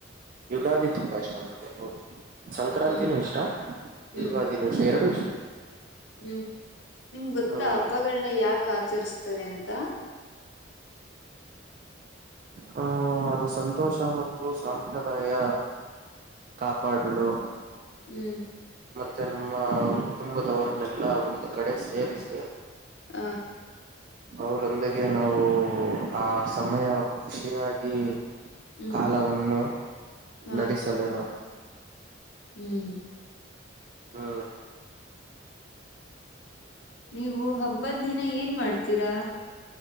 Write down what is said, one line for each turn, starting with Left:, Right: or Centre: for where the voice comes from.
Right: ಯುಗಾದಿ ತುಂಬ ಇಷ್ಟ ನಂಗೆ ಸಂಕ್ರಾಂತಿನೂ
Left: ಹ್ಮ್
Right: ಇಷ್ಟ
Left: ಹ್ಮ್
Right: ಯುಗಾದಿನು ಎರಡು ಇಷ್ಟ.
Left: ಹ್ಮ್ ನಿಮ್ಗಗೊತ್ತ
Right: ಹ್ಮ್
Left: ಹಬ್ಬಗಳನ್ನ ಯಾಕ ಆಚರಿಸ್ತಾರೆ ಅಂತ.
Right: ಹ ಅದು ಸಂತೋಷ ಮತ್ತು ಸಾಪ್ರದಾಯ ಕಾಪಾಡಲು
Left: ಹ್ಮ್
Right: ಮತ್ತೆ ನಮ್ಮ ಕುಟುಂಬದವರನ್ನೆಲ್ಲಾ ಒಂದ್ ಕಡೆ ಸೇಿದ್ವಿ
Left: ಹ
Right: ಅವರೊಂದಿಗೆ ನಾವು ಆ ಸಮಯ ಖುಷಿಯಾಗಿ
Left: ಹ್ಮ್
Right: ಕಾಲವನ್ನು
Left: ಹ
Right: ನಡೆಸಲೇನು
Left: ಹ್ಮ್
Right: ಹಾ
Left: ನೀವು ಹಬ್ಬದ ದಿನ ಏನ್ ಮಾಡ್ತೀರಾ